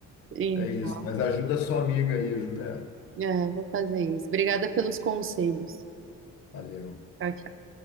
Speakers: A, on the right; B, on the left.
A: Então,
B: É isso. Mas ajuda a sua amiga aí, ajuda ela.
A: é, vou fazer isso. Obrigada pelos conselhos.
B: Valeu.
A: Tchau, tchau.